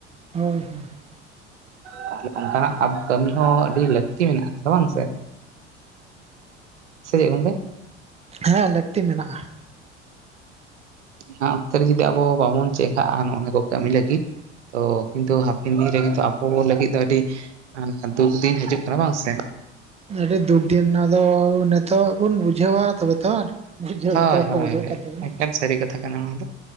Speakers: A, on the right; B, on the right.
A: <unintelligible>
B: ᱛᱟᱦᱚᱞᱮ ᱚᱱᱠᱟᱱᱟᱜ ᱟᱯ ᱠᱟᱹᱢᱤ ᱦᱚᱸ ᱟᱹᱰᱤ ᱞᱟᱹᱠᱛᱤ ᱢᱮᱱᱟᱜ-ᱟ ᱥᱮ ᱵᱟᱝ ᱥᱮ? ᱥᱮ <unintelligible>
A: ᱦᱮᱸ ᱞᱟᱹᱠᱛᱤ ᱢᱮᱱᱟᱜ-ᱟ᱾
B: ᱱᱚᱶᱟ ᱚᱠᱛᱮ ᱨᱮ ᱡᱩᱫᱤ ᱟᱵᱚ ᱵᱟᱵᱚᱱ ᱪᱮᱸᱜᱷᱟᱜ-ᱟ ᱱᱚᱜ-ᱚ ᱱᱚᱶᱟ ᱠᱚ ᱠᱟᱹᱢᱤ ᱞᱟᱹᱜᱤᱫ ᱛᱚ ᱠᱤᱱᱛᱩ ᱦᱟᱹᱯᱤᱱ ᱫᱤᱱ ᱨᱮ ᱠᱤᱱᱛᱩ ᱟᱵᱚ ᱞᱟᱹᱜᱤᱫ ᱫᱚ ᱟᱹᱰᱤ <unintelligible> ᱫᱩᱠ ᱫᱤᱱ ᱦᱤᱡᱩᱜ ᱠᱟᱱᱟ ᱵᱟᱝ ᱥᱮ?
A: ᱟᱹᱰᱤ ᱫᱩᱠ ᱫᱤᱱ ᱚᱱᱟ ᱫᱚ ᱱᱤᱛᱚᱜ ᱵᱚᱱ ᱵᱩᱡᱷᱟᱹᱣᱟ ᱛᱚᱵᱮ ᱛᱚ ᱾ ᱵᱩᱡᱷᱟᱹᱣ
B: ᱦᱳᱭ
A: ᱜᱮᱛᱚ ᱵᱟᱠᱚ
B: ᱦᱳᱭ
A: ᱵᱩᱡᱷᱟᱹᱜ
B: ᱦᱳᱭ
A: ᱠᱟᱱ ᱛᱟᱵᱚᱱᱟ᱾
B: ᱮᱠᱟᱞ ᱥᱟᱹᱨᱤ ᱠᱟᱛᱷᱟ ᱠᱟᱱᱟ ᱚᱱᱟ ᱫᱚ